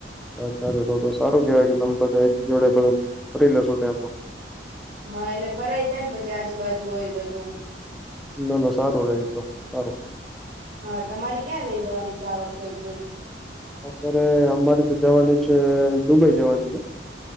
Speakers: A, in the centre; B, on the right.
A: અચ્છા અચ્છા તો તો સારું કેવાય કે તમે બધા એક જોડે બધું ફરી લેશો ત્યા તો
B: હા એટલે ફરાઈ જાય ને પછી આજુબાજુ હોય બધુ
A: ના ના સારું રય ઈ તો સારુ
B: હા તમારી ક્યાં લઇ જવાની છે, આ વખતે ટ્રીપ
A: અત્યારે અમારી તો જવાની છે, દુબઈ જવાની છે.